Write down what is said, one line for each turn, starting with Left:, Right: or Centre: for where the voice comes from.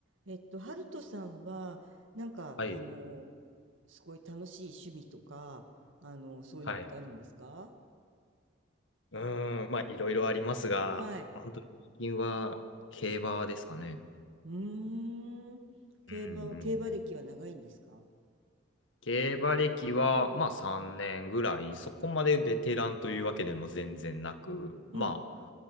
Right: えっと、ハルトさんは、なんか、
Left: はい。
Right: あの、すごい楽しい趣味とか、あの、そういうのってあるんですか
Left: はい。うーん、まあ、いろいろありますが、
Right: はい。
Left: 本当に最近は競馬ですかね。
Right: うーん。競馬は、
Left: うんうん。
Right: 競馬歴は長いんですか
Left: 競馬歴は、まあ、3年ぐらい、そこまでベテランというわけでも全然なく、まあ、
Right: うん、